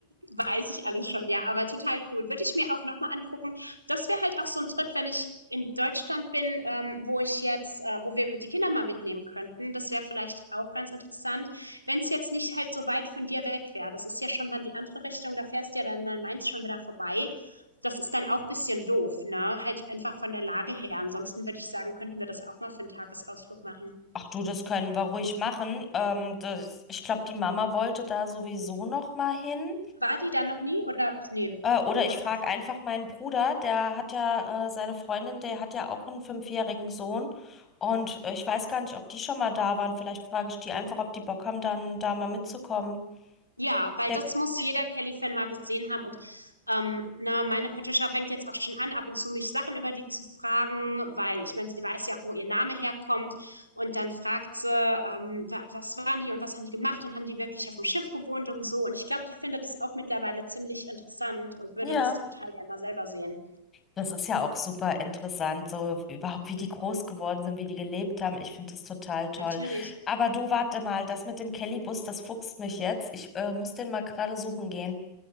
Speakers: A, on the right; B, on the left.
A: Weiß ich alles schon, ja, aber total cool. Würde ich mir auch nochmal angucken. Das wäre halt auch so ein Trip, wenn ich in Deutschland bin, ähm, wo ich jetzt, äh, wo wir die Kinder mal mitnehmen könnten. Das wäre vielleicht auch ganz interessant, wenn es jetzt nicht halt so weit von dir weg wäre. Das ist ja schon dann die andere Richtung, da fährst du ja dann an Mainz schon wieder vorbei. Das ist dann auch ein bisschen doof, ne? Halt einfach von der Lage her. Ansonsten würde ich sagen, könnten wir das auch mal für einen Tagesausflug machen.
B: Ach du, das können wir ruhig machen. Ähm, das, ich glaube, die Mama wollte da sowieso noch mal hin.
A: War die dann noch nie oder, ach nee,
B: Äh, oder
A: nochmal.
B: ich frage einfach meinen Bruder, der hat ja äh, seine Freundin, der hat ja auch einen fünfjährigen Sohn. Und äh, ich weiß gar nicht, ob die schon mal da waren. Vielleicht frage ich die einfach, ob die Bock haben, dann da mal mitzukommen.
A: Ja, weil
B: Der,
A: das muss jeder Kelly-Fan mal gesehen haben. Und ähm, ne, meine Patricia fängt jetzt auch schon an, ab und zu mich Sachen über die zu fragen, weil ich meine, sie weiß ja auch, wo ihr Name herkommt. Und dann fragt sie, ähm, was waren die und was haben die gemacht und haben die wirklich auf dem Schiff gewohnt und so. Und ich glaube, die findet das auch mittlerweile ziemlich interessant und würde
B: ja.
A: das total gerne mal selber sehen.
B: Das ist ja auch super interessant, so überhaupt, wie die groß geworden sind, wie die gelebt haben. Ich finde das total toll.
A: Natürlich.
B: Aber du, warte mal, das mit dem Kellybus, das fuchst mich jetzt. Ich äh, muss den mal gerade suchen gehen.